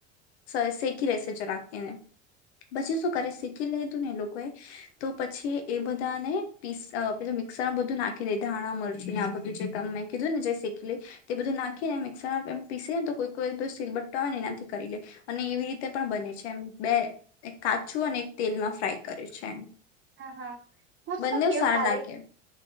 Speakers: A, on the left; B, on the right.
A: એ શેકી રહેેશે જરાક તેને પછી શું કરે શીખી લેધું ને એ લોકોએ, તો પછી એ બધાને પી પ મિક્સરમાં બધું નાખી દે ધાણા, મરચીને આ બધું જે ક મેં કીધું ને જે શેકીએ લ તે બધું નાખીને મિક્સરમાં એ પીસે ને તો કોઈ કોઈ સીલબર્ટ હોય ને એનાથી કરી લે અને એવી રીતે પણ બને છે, એમ બે એક કાચું અને એક તેલમાં ફ્રાય કરે છે એમ
B: હા, હા, હું
A: બંને
B: શું કવ
A: સારા
B: કાલે
A: લાગે